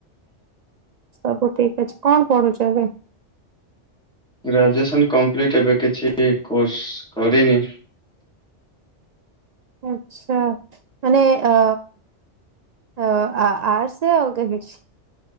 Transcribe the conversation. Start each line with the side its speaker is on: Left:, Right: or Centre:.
Right: ସବୁ ଠିକ ଅଛି କଣ ପଢୁଛ ଏବେ?
Centre: ଗ୍ରାଜୁଏସନ୍ କମ୍ପ୍ଲିଟ ଏବେ କିଛି କୋର୍ସ କରିନି।
Right: ଆଚ୍ଛା ମାନେ ଅ ଅ ଆଟର୍ସ <inaudible>